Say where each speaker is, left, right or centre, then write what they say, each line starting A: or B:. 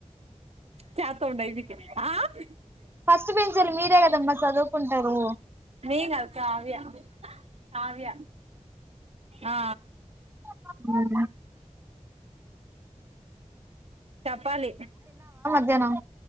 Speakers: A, on the right; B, on the right.
A: చేత్త ఉండు అయితే <unintelligible>
B: ఫస్ట్ బెంచీలు మీరే గదమ్మా చదువుకుంటారూ?
A: నేన్ గాదు కావ్య కావ్య ఆ
B: సపోట
A: చప్పాలి.
B: శనం